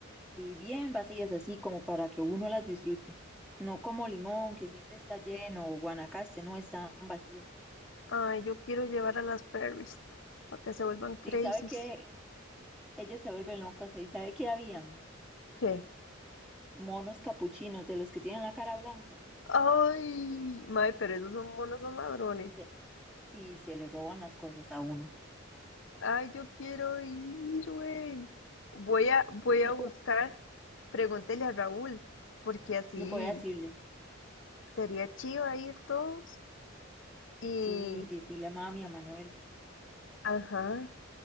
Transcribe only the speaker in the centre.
Sí, bien vacías, así como para que uno las disfrute. No como Limón, que siempre está lleno, o Guanacaste, no, estaban vacías.
Y sabe que ellas se vuelven locas, y sabe que habían
monos capuchinos de los que tienen la cara blanca.
Se- Sí, se le roban las cosas a uno.
Lo-
No puede decirle,
sí, decirle a mami, a Manuel.